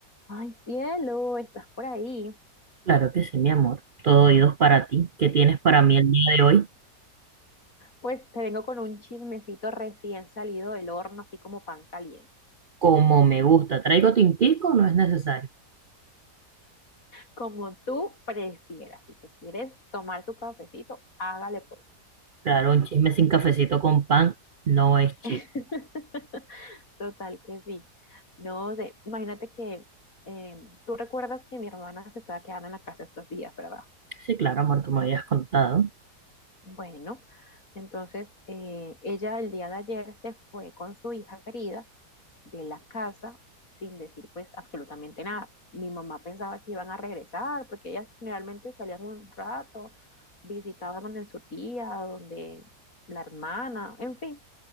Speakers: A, on the left; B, on the right.
A: Ay, cielo, estás por ahí.
B: Claro que sí, mi amor. Todo oídos para ti. ¿Qué tienes para mí el día de hoy?
A: Pues te vengo con un chismecito recién salido del horno, así como pan caliente.
B: Como me gusta. ¿Traigo tintico? No es necesario.
A: Como tú prefieras. Si te quieres tomar tu cafecito, hágale pues.
B: Claro, un chisme sin cafecito con pan no es chisme.
A: <laughs> Total que sí. No sé, imagínate que eh, tú recuerdas que mi hermana se estaba quedando en la casa estos días, ¿verdad?
B: Sí, claro, amor, tú me habías contado.
A: Bueno, entonces eh, ella el día de ayer se fue con su hija querida de la casa sin decir pues absolutamente nada. Mi mamá pensaba que iban a regresar porque ellas generalmente salían un rato, visitaban donde su tía, donde la hermana, en fin,